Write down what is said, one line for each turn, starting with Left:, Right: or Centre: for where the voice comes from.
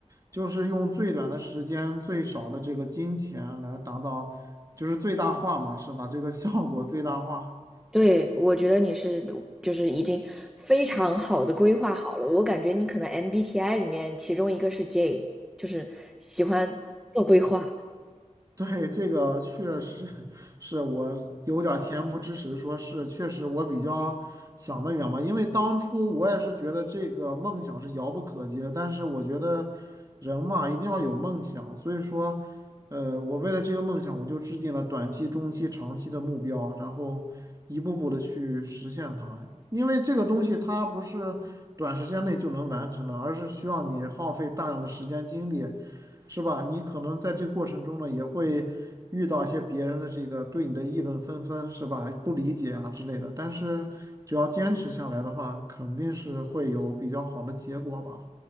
Right: 就是用最短的时间、最少的这个金钱来达到，就是最大化嘛，是把这个效果最大化。
Centre: 对，我觉得你是就是已经非常好的规划好了。我感觉你可能 MBTI 里面其中一个是 J，就是喜欢做规划。
Right: 对，这个确实是我有点儿恬不知耻，说是确实我比较想得远嘛，因为当初我也是觉得这个梦想是遥不可及的，但是我觉得人嘛一定要有梦想，所以说，呃，我为了这个梦想，我就制定了短期、中期、长期的目标，然后一步步的去实现它，因为这个东西它不是短时间内就能完成的，而是需要你耗费大量的时间精力。是吧？你可能在这个过程中呢，也会遇到一些别人的这个对你的议论纷纷，是吧？不理解啊之类的。但是只要坚持下来的话，肯定是会有比较好的结果吧。